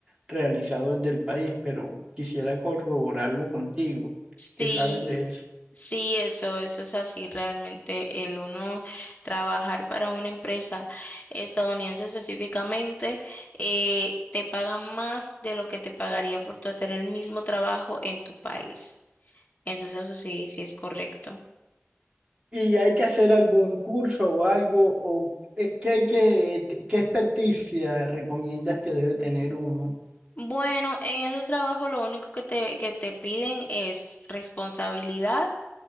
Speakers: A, on the right; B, on the left.
A: realizado desde el país, pero quisiera corroborarlo contigo. ¿Qué
B: Sí,
A: sabes de eso?
B: sí, eso, eso es así realmente. El uno trabajar para una empresa estadounidense específicamente, eh, te pagan más de lo que te pagaría por tu hacer el mismo trabajo en tu país. Entonces eso sí, sí es correcto.
A: ¿Y hay que hacer algún curso o algo? O, eh, ¿qué hay que, qué experticia recomiendas que debe tener uno?
B: Bueno, en esos trabajos lo único que te, que te piden es responsabilidad